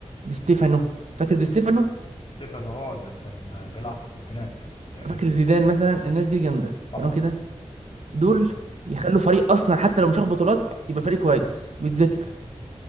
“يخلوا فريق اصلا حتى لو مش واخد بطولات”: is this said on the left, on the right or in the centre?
Right